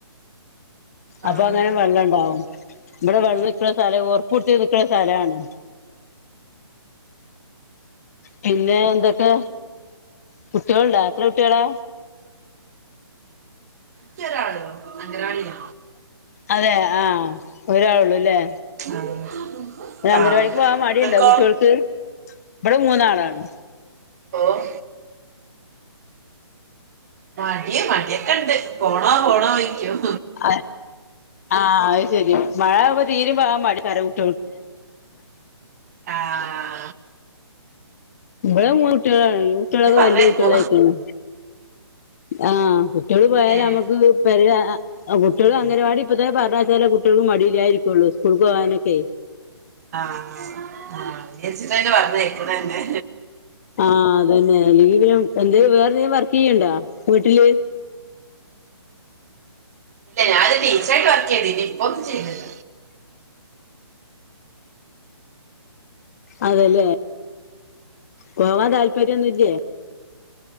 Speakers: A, on the right; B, on the left.
A: ആഹ് ആഹ്
B: അപ്പൊങ്ങനെ വെള്ളണ്ടാവും ഭടെ വെള്ളം ക്കണ സ്ഥലം ഓർപ്പ്ട്ച്ച് നിക്ക്ണെ സ്ഥലാണ്. പിന്നെ ന്തൊക്കെ കുട്ട്യോള്ണ്ടാ എത്ര കുട്ട്യാളാ
A: ക്കൊരാളെള്ളൂ അങ്കനവാടില
B: അതെ ആഹ് ഒരാളുള്ളൂല്ലേ.
A: ആഹ്
B: അംഗനവാടിക്ക്
A: ആഹ്
B: പോവാൻ മടിണ്ടോ
A: നിങ്ങക്കോ
B: കുട്ട്യോൾക്ക് ഇബടെ മൂന്നാളാണ്
A: ഓഹ് മടിയ മടിയൊക്കെണ്ട് പോണോ പോണോ ചോയ്ക്കും.
B: അ ആഹ് അയ്ശേരി മഴാകുമ്പോ തീരേ പോവാൻ മടിയെയ്കാരം <inaudible>
A: ആഹ്
B: ഇബടെ മൂന്നുട്ട്യാളാണ് കുട്ട്യേളൊക്കെ
A: ഇത് പറഞ്ഞേക്കൂ
B: വല്യ കുട്ട്യേളായിക്ക്ണ് ആഹ് എവ്ടെ പോയാലും
A: ഏഹ്
B: അമ്മക്ക് പെരീ ആഹ് കുട്ട്യോൾ അങ്ങനവാടി ഇപ്പത്തെന്നെ പറഞ്ഞയച്ചാലെ കുട്ട്യോൾക് മടില്ലായിരിക്കുള്ളൂ. ഇസ്കൂൾക്ക് പോകാനൊക്കെ
A: ആഹ് അത് വിചാരിച്ചിട്ടെന്നെ പറഞ്ഞയക്ക്ണെന്നെ
B: ആഹ് അതന്നെ ലീവിലും എന്തെലും വേറെന്തെലും വർക്ക് ചെയ്യ്ണ്ടാ വീട്ടില്
A: ഇല്ല ഞാനൊരു ടീച്ചറായിട്ട് വർക്ക് ചെയ്തു ഇനിപ്പൊന്നും ചെയ്ന്നില്ല.
B: അതേലേ പോവാൻ താൽപര്യന്നുല്ല്യ?